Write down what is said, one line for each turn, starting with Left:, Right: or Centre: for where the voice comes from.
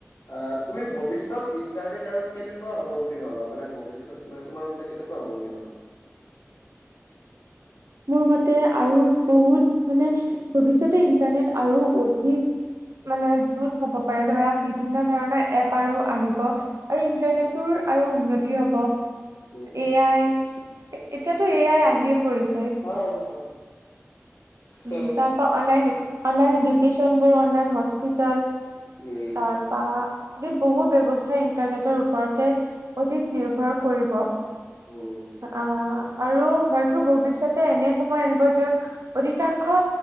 Left: অ তুমি ভৱিষ্যত ইণ্টাৰনেট আৰু কেনেকুৱা হব বুলি ভাবা, মানে ভৱিষ্যতত তোমাৰ মতে কেনেকুৱা হ'ব বুলি ভাৱা?
Right: মোৰ মতে আৰু বহুত মানে ভৱিষ্যতে ইণ্টাৰনেট আৰু অধিক মানে যুত <unintelligible> হ'ব পাৰে ধৰা বিভিন্ন ধৰণৰ এপ আৰু আহিব আৰু ইন্টাৰনেটৰ
Left: উম,
Right: আৰু উন্নতি হ'ব
Left: উম,
Right: এ আই এতিয়াতো এ আই আহিয়ে পৰিছে।
Left: হয় হয়। হয়,
Right: উ তাপা অনলাইন অনলাইন এডুক্যচনবোৰ অনলাইন হস্পিটেল
Left: উম,
Right: তাৰপা আদি বহু ব্যৱস্থা ইন্টাৰনেটৰ ওপৰতে অধিক নিৰ্ভৰ কৰিব।
Left: উম।
Right: অ আৰু হয়তো ভৱিষ্যতে এনে সময় আহিব যত অধিক কাংশ